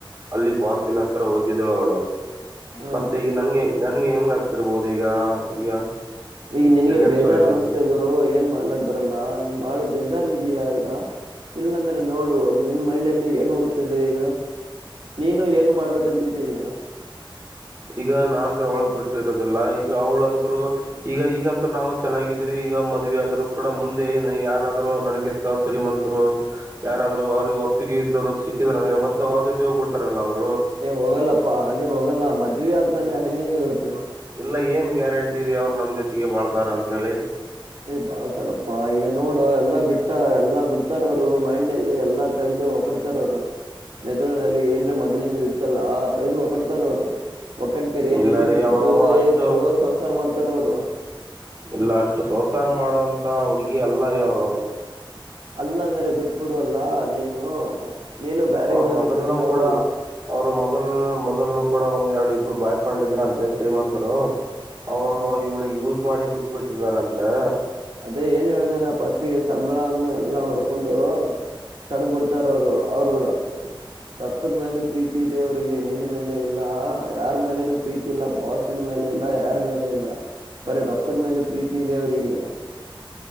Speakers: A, on the right (about 35°); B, on the right (about 80°).
A: ಅಲ್ಲಿ ಬಾಸಿನ ಹತ್ರ ಹೋಗಿದ್ಳು ಅವಳು
B: ಹ
A: ಮತ್ತೆ ಈಗ ನನಗೆ ನನ್ಗೆ ಹೆಂಗ ಆಗ್ತಿರ್ಬೋದು ಈಗ ಈಗ
B: ಈಗ ನನ್ಗೆ
A: ಸೆಕೆಂಡ್
B: ಬೇಜಾರ್
A: ಚಾಯ್ಸ್
B: ಅನ್ನಸ್ತೆೇ
A: ಅಂತ
B: ಗುರು ಏನ್ ಮಾಡ್ಲಕ್ ಬರಲ್ಲ ನೀ ಬಾಳು ಬೇಜಾರ್ ಇದಯಾ ಈಗ ಇಲ್ಲಾಂದ್ರೆ ನೋಡುವ ನಿನ್ ಮೈಂಡ್ಲಏನ್ ನೋಡತಿದೆ ಈಗ ನೀನು ಏನು ಮಾಡ್ಬೇಕಂತಿದ್ದೆ ಈಗ
A: ಈಗ ನಾಂತ ಅವಳಗ್ ಬಿಟ್ಟಿರೋದಿಲ್ಲ ಈಗ ಅವ್ಳಂತರು ಈಗ ಈಗಂತ ನಾವವು ಚೆನ್ನಾಗಿದ್ವಿ ಈಗ ಮದ್ ಆದ್ರು ಕೂಡ ಮುಂದೆ ಏನು ಯಾರಾದರುೂ ನನಗೆತ್ತ ಶ್ರೀಮಂತರು ಯಾರಾದ್ರು ಅವ್ರಿಗೆ ಒಪ್ಪಿಗೆ ಇದ್ದವ್ರು ಸಿಕ್ಕಿದ್ರ ಅ್ರ ಮ ಅವ್ರ ಜೊತೆ ಹೋಗ್ಬ ಬಿಡ್ತಾರಲ್ಲ ಅವ್ರು
B: ಏ ಹೋಗಲ್ಲಪ್ಪಾ ಹಾಗೆ ಹೋಗಲ್ಲ ಮದ ಇವಿ ಆದ್ಮೇಲೆ ಹೆಂಗೆ ಹೆಂಗೆ ಇವತ್ತು
A: ಎಲ್ಲ ಏನ್ ಗ್ಯಾರಂಟಿ ಇದೆ ಅವ್ರು ನಮ್ ಜೊತಿಗೆ ಬಾಳ್ತಾರ್ ಅಂತೇಳಿ
B: ಏ್ ಬಾಳ್ತಾರಪ್ಪಾ ಈಗ ನೋಡು ಎಲ್ಲಾ ಬಿಟ್ಟ ಎಲ್ಲಾ ಬಿಡ್ತಾರ ಅವರು ಮೈಣ್ಲ್ಲಿ ಎಲ್ಲಾ ತೆಗ್ದ ಹೊಕಡ್ತಾರ ಅವ್ರು ಮೆದುಳನಲ್ಲಿ ಏನ್ರ ಮೊದ್ಲ ಇತ್ತಲ್ಲ ತೆಗ್ದ ಹೊಕಡ್ತಾರ ಅವ್ರು ಒಕ್ಕಟ್ಕರಿ
A: ಇಲ್ಲ
B: ನಿನ್
A: ರೀ ಅವರು
B: ಜೊತೆತಿ
A: ಅಷ್ಟು
B: ಚಲೋ ಸಂಸಾರ ಮಾಡ್ತ ತರೋರು
A: ಇಲ್ಲ ಅಷ್ಟು ಸಂವಸಾರ ಮಾಡುವಂತ ಹುಡ್ಗಿ ಅಲ್ಲ ರೀ ಅವರು
B: ಅಲ್ಲ ಅಂದ್ರೆ ಬಿಟ್ ಬಿಡುವಲ್ಲ ನೀನು ನೀನು ಬ್ಯಾರೆ
A: ಅವ್ರು
B: ಮೇಲೆ
A: ಮೊದಲ್ನು
B: ಕ್ರಶ್ ಆಗು
A: ಕೂಡ
B: ಈಗ
A: ಅವರು ಮೊದಲ್ನೂ ಮೊದಲು ಕೂಡ ಒಂದ್ ಎರಡು ಇಬ್ಬರು ಬಾಯ್ ಫ್ರೆಂಡ್ಇದ್ರಂತೆ ಶ್ರೀಮಂತರು ಅವರು
B: ಹಾ
A: ಇವಳಗ್ ಯೂಸ್ ಮಾಡಿ ಬಿಟ್ಟು ಬಿಟ್ಟಿದರಂತೆ
B: ಅದೇ ಏನ್ ಹೇಳ್ದೆ ನಾ ಪಸ್ಟಿಗೆ ಸಂಬಳವನ್ನು ಎಲ್ಲಾ ಹೊಡ್ಕೊಂಡು ಸಡದ್ ಬಿಡ್ತಾರ ಅವ್ರು ಅವ್ರು ರೊಕ್ ರೊಕ್ಕದ ಮೇಲೆ ಪ್ರೀತಿ ಇದೆ ಅವ್ರಿಗೆ ನಿನ್ ಮೇಲೆ ಇಲ್ಲಾ ಯಾರ್ ಮೇಲೆನೂ ಪ್ರೀತಿ ಇಲ್ಲ ಬಾಸ್ಸಿನ್ ಮ್ಯಾಲೆ ಇಲ್ಲ ಯಾರ್ ಮೇಲೆ ಇಲ್ಲ ಬರೀ ರೊಕ್ಕದ್ ಮೇಲೆ ಪ್ರೀತಿ ಇದೆ ಅವ್ರಿಗೆ